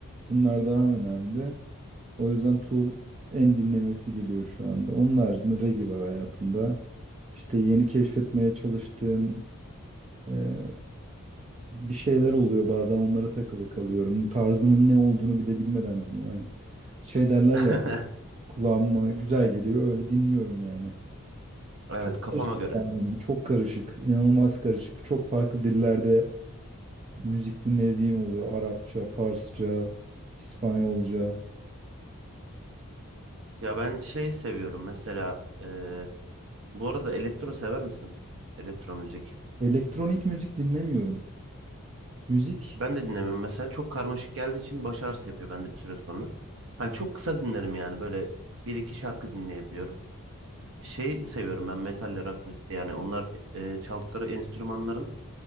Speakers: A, on the right (about 30°); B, on the right (about 60°).
A: bunlar daha önemli. O yüzden Tool en dinlenesi geliyor şu anda. Onun haricinde reggae var hayatımda. İşte yeni keşfetmeye çalıştığım e, bir şeyler oluyor bazen onlara takılı kalıyorum. Tarzının ne olduğunu bile bilmeden dinliyorum. Hani şey derler
B: <laughs>
A: ya kulağıma güzel geliyor öyle dinliyorum yani.
B: Evet
A: Çok
B: kafama
A: karışık
B: göre.
A: yani benim. Çok karışık. İnanılmaz karışık. Çok farklı dillerde müzik dinlediğim oluyor. Arapça, Farsça, İspanyolca.
B: Ya ben şey seviyorum mesela. ee, bu arada elektro sever misin? Elektro müzik.
A: Elektronik müzik dinlemiyorum. Müzik.
B: Ben de dinlemiyorum. Mesela çok karmaşık geldiği için baş ağrısı yapıyor bende bir süre sonra. Hani çok kısa dinlerim yani böyle bir iki şarkı dinleyebiliyorum. Şey seviyorum ben metalle rock müziği yani onlar e, çaldıkları enstrümanların